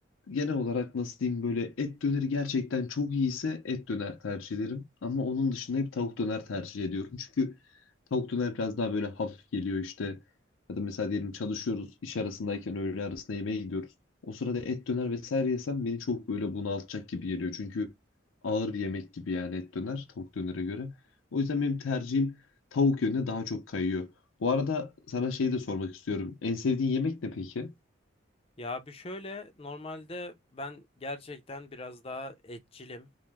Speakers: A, on the left (about 85°); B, on the left (about 30°).
A: genel olarak nasıl diyeyim böyle et döneri gerçekten çok iyiyse et döner tercih ederim. Ama onun dışında hep tavuk döner tercih ediyorum. Çünkü tavuk döner biraz daha böyle hafif geliyor işte. Ya da mesela diyelim çalışıyoruz iş arasındayken öğle arasında yemeğe gidiyoruz. O sırada et döner vesaire yesem beni çok böyle bunaltacak gibi geliyor. Çünkü ağır bir yemek gibi yani et döner tavuk dönere göre. O yüzden benim tercihim tavuk yönüne daha çok kayıyor. Bu arada sana şey de sormak istiyorum. En sevdiğin yemek ne peki?
B: Ya bir şöyle normalde ben gerçekten biraz daha etçilim.